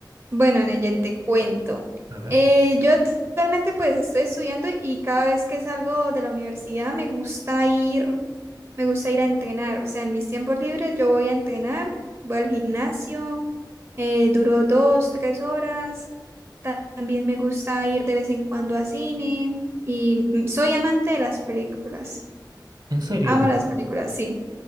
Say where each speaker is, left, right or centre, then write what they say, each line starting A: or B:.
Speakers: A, on the right; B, on the right.
A: Bueno, Neyen, te cuento.
B: A ver.
A: Eh, yo actualmente pues estoy estudiando y cada vez que salgo de la universidad me gusta ir, me gusta ir a entrenar. O sea, en mis tiempos libres yo voy a entrenar, voy al gimnasio, eh, duro dos, tres horas. Ta- También me gusta ir de vez en cuando a cine y mm, soy amante de las películas.
B: ¿En serio?
A: Amo las películas, sí.